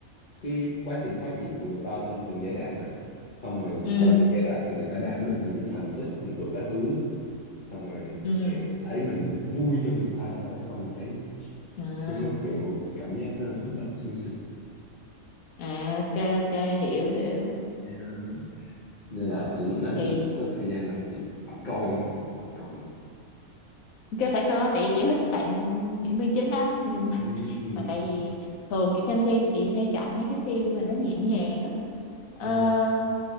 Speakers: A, on the left; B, on the left.
A: cái quá trình phát triển của người ta trong từng giai đoạn á xong rồi
B: ừ,
A: qua từng giai đoạn thì người ta đạt được những thành tích thành tựu các thứ xong rồi
B: ừ.
A: kiểu thấy mình vui cho người ta á, xong mình thấy
B: À,
A: sướng lắm kiểu cảm giác nó xúc động sung sướng
B: à ok ok hiểu hiểu.
A: Ờ, nên là lúc nào
B: Thì
A: chị có thời gian là anh chị phải coi phải coi
B: ok phải coi tại vì chị thích bạn diễn viên chính lắm nhưng
A: Ừm,
B: mà tại vì thường chị xem phim chị hay chọn mấy cái phim mà nó nhẹ nhàng á Ờ,
A: ờ,